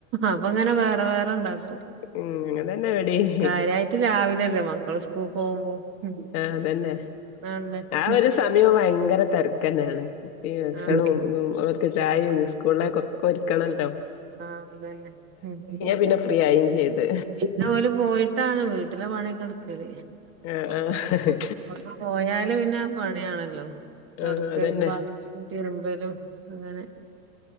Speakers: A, on the right; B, on the left.
A: അപ്പൊ അങ്ങനെ വേറെ വേറെ ണ്ടാക്കും
B: ഉം അങ്ങൻതന്നെ ഇവടിം
A: കാര്യായിട്ട് രാവിലല്ലേ മക് കൾസ് പോ പോവുമ്പോ മ് മ്
B: ആഹ് അതന്നെ
A: ആണല്ലേ
B: ആ
A: മ്
B: ഒരു സമയം ഭയങ്കര തെരക്കന്നാണ്. ഈ ഭക്ഷണും
A: ആഹ്
B: ന്നും ഓൽക്ക് ചായും സ്കൂളിലേക്കൊ കൊടുക്കണല്ലോ.
A: ആഹ് അതന്നെ മ് മ്.
B: പിന്നെ ഫ്രീ ആയിം ചെയ്ത്
A: പിന്നെ ഓല് പോയിട്ടാണ് വീട്ടിലെ പണി ക്കട്കൽ.
B: ആഹ് ആഹ്
A: ഓല് പോയാല് പിന്നെ പണിയാണല്ലോ തൊടക്കലും
B: ആഹ് അതന്നെ
A: വാങ്ങിച്ചും തിരുമ്പലും അങ്ങനെ.